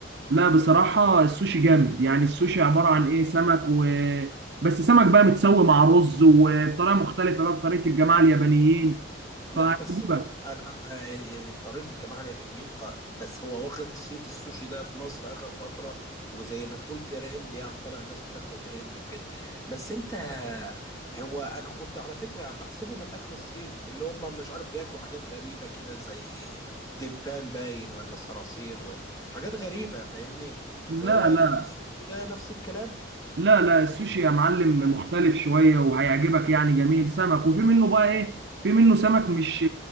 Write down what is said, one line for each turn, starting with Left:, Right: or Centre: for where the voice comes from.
Right: لا بصراحه السوشي جامد يعني السوشي عباره عن ايه سمك و بس سمك بقى متسوي مع رز وبطريقه مختلفه بقى بطريقه الجماعه اليابانيين فعجيبه
Left: لا بس هو انا أنا- طريقه الجماعه اليابانيين ط- بس هو واخد صيت السوشي ده في مصر اخر فتره وزي ما تقول ترند يعني طالع الناس بتاكله ترند وكده بس انت هو انا كنت على فكره بحسبه من الاكل الصيني اللي هم مش عارف بياكلوا حاجات غريبه كده زي دبان باين ولا صراصير وحاجات غريبه فاهمني
Right: لا
Left: فهو
Right: لا
Left: السوشي ده نفس الكلام
Right: لا لا السوشي يا معلم مختلف شوية وهيعجبك يعني جميل سمك وفي منه بقى ايه في منه سمك مش